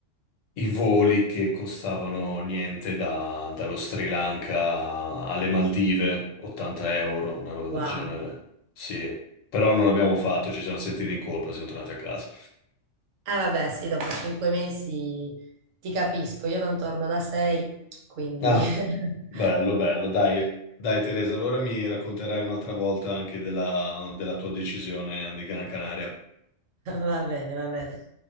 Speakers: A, on the left; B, on the right.
A: i voli che costavano niente da- dallo Sri Lanka alle Maldive, 80 euro, una roba del
B: Wow.
A: genere. Sì, però non l'abbiamo fatto, ci siamo sentiti in colpa, siamo tornati a casa.
B: Eh vabbè, sì, dopo cinque mesi ti capisco, io non torno da sei, quindi
A: Ah,
B: <laughs>
A: bello, bello, dai. Dai Teresa, allora mi racconterai un'altra volta anche della della tua decisione di Gran Canaria.
B: va bene, va bene.